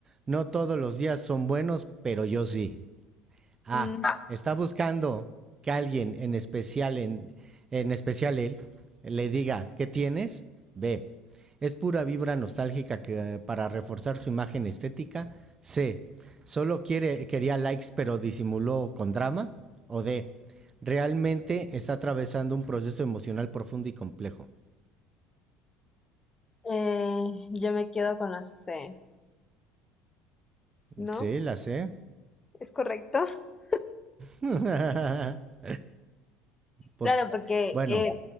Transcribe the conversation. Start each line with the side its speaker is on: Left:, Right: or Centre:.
Right: no todos los días son buenos, pero yo sí? Ah,
Left: Mm,
Right: está buscando que alguien en especial, en, en especial él, le diga, ¿qué tienes? B. Es pura vibra nostálgica que, para reforzar su imagen estética. C. Solo quiere, quería likes pero disimuló con drama. O D. Realmente está atravesando un proceso emocional profundo y complejo.
Left: eh, yo me quedo con la C, ¿no?
Right: Sí, la sé.
Left: ¿Es correcto? <laughs>
Right: <laughs> Por,
Left: Claro, porque
Right: bueno,
Left: eh,